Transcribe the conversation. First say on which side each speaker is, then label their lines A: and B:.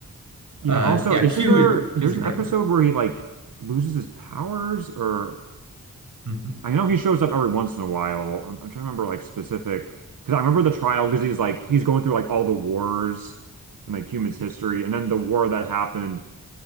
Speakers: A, on the right; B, on the right.
A: You
B: Uh
A: know, also,
B: yeah,
A: isn't
B: Q
A: there
B: is Q's
A: there's
B: incredible.
A: an episode where he like loses his powers or
B: Mm-hmm.
A: I know he shows up every once in a while. I'm, I'm trying to remember like specific because I remember the trial because he's like he's going through like all the wars in like humans history and then the war that happened